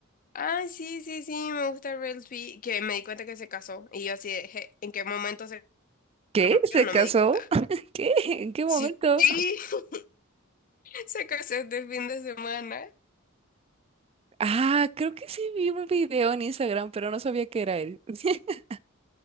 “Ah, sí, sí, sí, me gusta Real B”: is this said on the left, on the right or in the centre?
Left